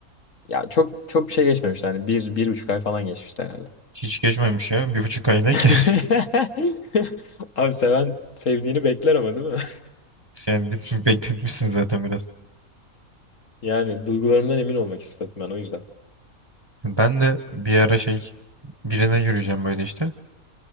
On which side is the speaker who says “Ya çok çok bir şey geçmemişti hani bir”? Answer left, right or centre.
Left